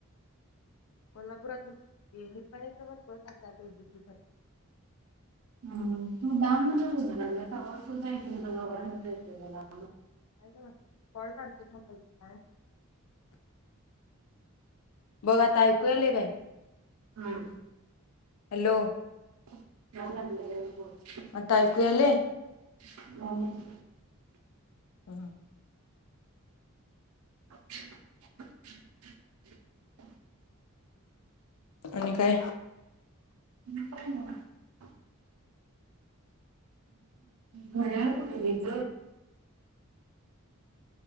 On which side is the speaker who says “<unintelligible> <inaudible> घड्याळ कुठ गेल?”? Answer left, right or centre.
Right